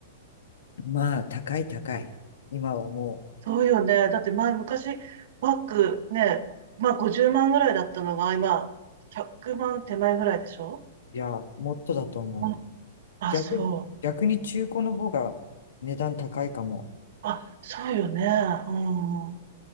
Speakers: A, on the left; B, on the right.
A: まあ、高い高い。今はも
B: そうよね。だって前、昔、バッグね、まあ50万ぐらいだったのが、今、100万手前ぐらいでしょ
A: う、いや、もっとだと思う。
B: うん。あ、
A: 逆に、
B: そう。
A: 逆に中古の方が値段高いかも。
B: あ、そうよね。うん。